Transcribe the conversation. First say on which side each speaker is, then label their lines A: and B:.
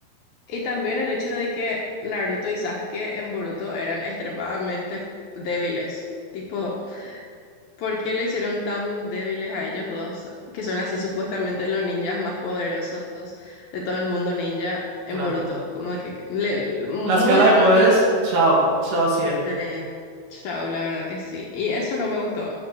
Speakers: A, on the left; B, on the right.
A: Y también el hecho de que Naruto y Sasuke en Boruto eran extremadamente débiles. Tipo, ¿Por qué le hicieron tan débiles a ellos dos, que son así supuestamente los ninjas más poderosos de todo el mundo ninja en
B: Claro.
A: Boruto? Como que le- muy
B: La escala
A: rápido.
B: de poderes, chao, chao cielo.
A: eh, chao, la verdad que sí. Y eso no me gustó.